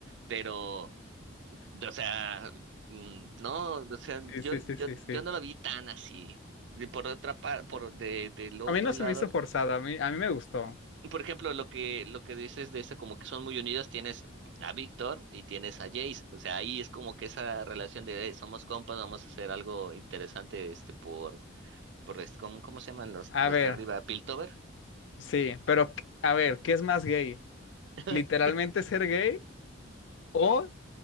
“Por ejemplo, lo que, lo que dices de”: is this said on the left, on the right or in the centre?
Right